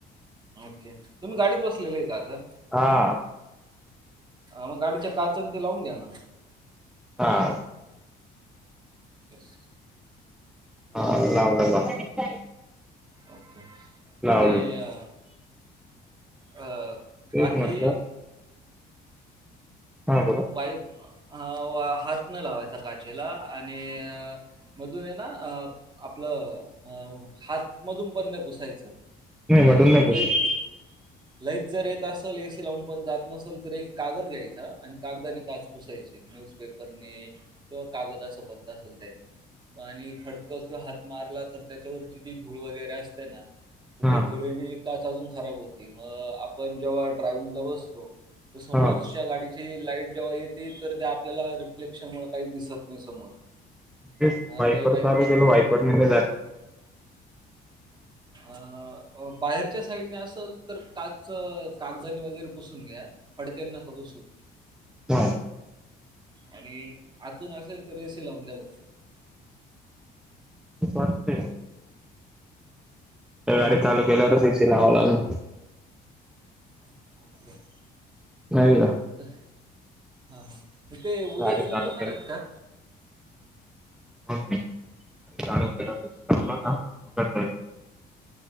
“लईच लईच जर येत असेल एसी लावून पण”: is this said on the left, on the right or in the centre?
Right